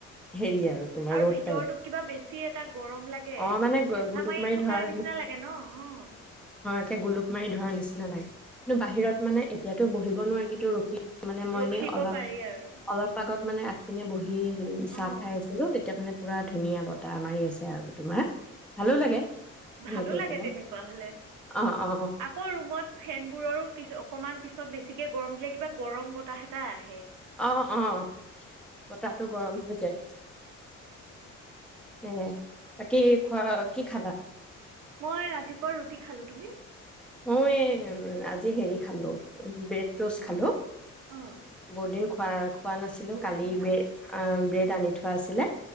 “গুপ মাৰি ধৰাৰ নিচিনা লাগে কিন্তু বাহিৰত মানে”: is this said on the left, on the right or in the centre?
Centre